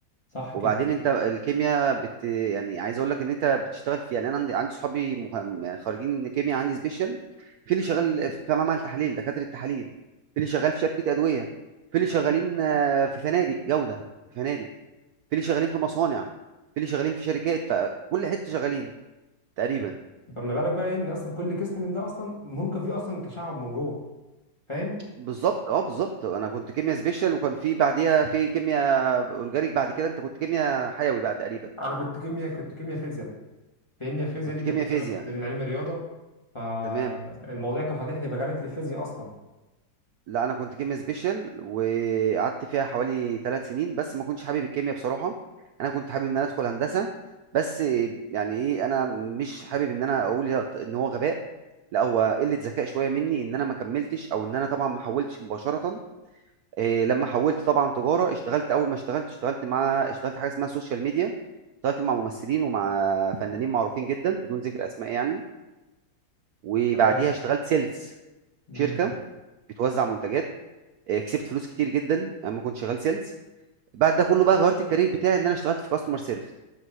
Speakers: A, on the left; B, on the right.
A: صح
B: وبعدين
A: كده
B: انت الكيمياء بت يعني عايز اقول لك ان انت بتشتغل في يعني انا عندي عندي صحابي مه... يعني خارجين كيمياء عندي سبيشال في اللي شغال في معمل تحاليل دكاتره التحاليل في اللي شغال في شركه ادويه في اللي شغالين آه، في فنادق جوده في فنادق في اللي شغالين في مصانع في اللي شغالين في شركات فكل حته شغالين تقريبا
A: فما بالك بقى ايه ان اصلا كل قسم من ده اصلا ممكن فيه اصلا تشعب من جوه فاهم
B: بالظبط اه بالظبط انا كنت كيمياء سبيشال وكان في بعديها في كيمياء اورجانيك بعد كده انت كنت كيمياء حيوي بقى تقريبا
A: انا كنت كيمياء كنت كيمياء فيزياء لان الفيزياء
B: كنت
A: دي
B: كيمياء
A: كنت انا
B: فيزياء
A: كنت من علم رياضه فالموضوع
B: تمام
A: كان فاتح لي مجالات للفيزياء اصلا
B: لا انا كنت كيميا سبيشال وقعدت فيها حوالي ثلاث سنين بس ما كنتش حابب الكيميا بصراحه انا كنت حابب ان انا ادخل هندسه بس يعني ايه انا مش حابب ان انا اقول يا- ان هو غباء لا هو قله ذكاء شويه مني ان انا ما كملتش او ان انا طبعا ما حولتش مباشره إيه لما حولت طبعا تجاره اشتغلت اول ما اشتغلت اشتغلت مع اشتغلت حاجه اسمها سوشيال ميديا اشتغلت مع ممثلين ومع فنانين معروفين جدا بدون ذكر اسماء يعني وبعديها
A: تمام
B: اشتغلت سيلز
A: امم
B: شركه بتوزع منتجات آه، كسبت فلوس كتير جدا اما كنت شغال سيلز بعد ده كله بقى غيرت الكارير بتاعي ان انا اشتغلت في كاستمر سيرفيس